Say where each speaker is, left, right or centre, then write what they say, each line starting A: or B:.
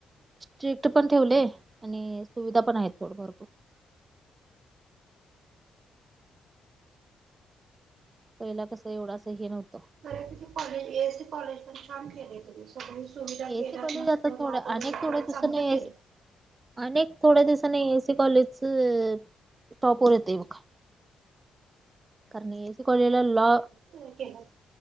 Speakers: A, on the right; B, on the right.
A: स्ट्रिक्ट पणं ठेवले आणि सुविधां पणं आहेतं थोडं भरंपूर. पहिला कसं एवढं असं हे नव्हतं.
B: खरं तुझे कॉलेज आहे कॉलेजमध्यें कामं केले. सगळी सुविधा केल्यांत
A: एसी कॉलेज
B: मस्तं.
A: आता थोड्या
B: लॉ कॉलेज
A: अनेक
B: वगैरें
A: थोड्या दिवसांनी
B: चांगलं
A: एसी
B: केलं.
A: अनेक थोड्यां दिवसांनी ए सी कॉलेजचं टॉपवर येते बघां. कारणं ए सी कॉलेजलां लॉ
B: तुम्हीं केलंत